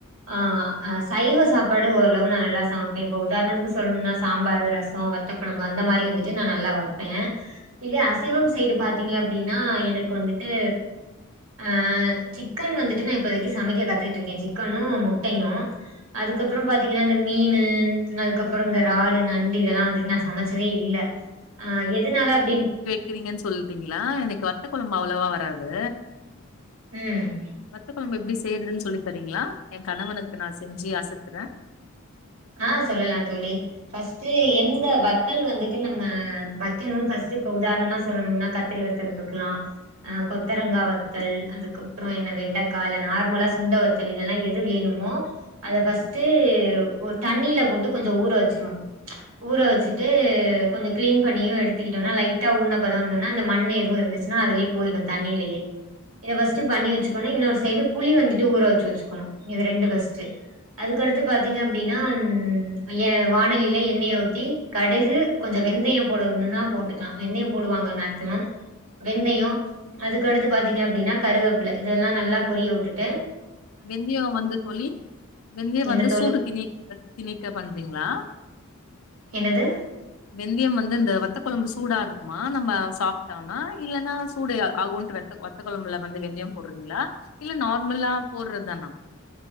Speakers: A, on the right (about 75°); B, on the left (about 80°).
A: ஆ சைவ சாப்பாடு ஓரளவு நா நல்லா சமைப்பே இப்ப உதாரணத்துக்கு சொல்லணுனா சாம்பாரு ரசோ வத்த குழம்பு அந்த மாரி வந்துட்டு நா நல்லா வெப்பே இதே அசைவ சைடு பாத்தீங்க அப்டின் னா எனக்கு வந்துட்டு ஆ சிக்கன் வந்துட்டு நா இப்போதைக்கு சமைக்க கத்துக்கிட்ருக்கே சிக்கனு முட்டையு அதுக்கப்புறோ பாத்தீங்கன்னா இந்த மீனு அதுக்கப்றோ இந்த றாலு நண்டு இதெல்லா வந்துட்டு நா சமைச்சதே இல்ல அ எதுனால அப்டி
B: கிறிங்கன் சொல்லிட்டீங்ளா எனக்கு வத்த குழம்பு அவ்வளவா வராது
A: ம்
B: வத்த குழம்பு எப்டி செய்றதுனு சொல்லிதரிங்ளா எ கணவனுக்கு நா செஞ்சி அசத்துறே
A: ஆ சொல்லலா தோழி ஃபர்ஸ்டு எந்த வத்தல் வந்துட்டு நம்ம வக்கணுன் ஃபர்ஸ்டு இப்ப உதாரணமா சொல்லணுனா கத் த்ரி வத்தல் ருக்கிலா ஆ கொத்தரங்கா வத்தல் அதுக்கப்புறோ என்ன வெண்டக்கா இல்ல நார்மலா சுண்ட வத் த்தல் இதேலா எது வேணுமோ அத ஃபர்ஸ்ட்டு ஒரு தண்ணில போட்டு கொஞ்சோ ஊற வச்சுருவாங்க ஊற வச்சுட்டு கொஞ்சோ கிளீன் பண்ணியு எடுத்துகிட்டோனா லைட்டா ஊர்னப்பதோ வந்தோனா அந்த மண் எதுவு இருந் ச்சுனா அதுலே போய்டு தண்ணிலயே இத ஃபர்ஸ்ட் பண்ணி வச்சுக்கணு இன்னொரு சைடு புளி வந்துட்டு ஊற வச்சு வச்சுக்கணு இது ரெண்டு ஃபர்ஸ்ட்டு அதுக்கடுத்து பாத் திங்க அப்டின்னா ம் வாணலியில எண்ணெய ஊத்தி கடுகு கொஞ்சோ வெந்தயோ போடன்னா போட்டுக்கலா வெந்தயோ போடுவாங்க மேக்சிமம் வெந்தயோ அதுக்கடுத்து பாத்தீங்க அப்டின்னா கருவேப்பில இதெல்லா நல்லா பொரிய உட்டுட்டு
B: வெந்தயோ வந்து தோழி வெந்தயோ
A: என்ன
B: வந்து
A: தோழி
B: சூடு திணி திணிக்க பண்றீங்களா
A: என்னது
B: வெந்தியம் வந்து இந்த வத்த கொழம்பு சூடா இருக்குமா நம்ம சாப்ட்டோனா இல்லன்னா சூடு ஆகுன்டு வத்த வத்த கொழம்புல வந்து வெந்தயோ போட்றீங்களா இல்ல நார்மல்லா போட்றது தானா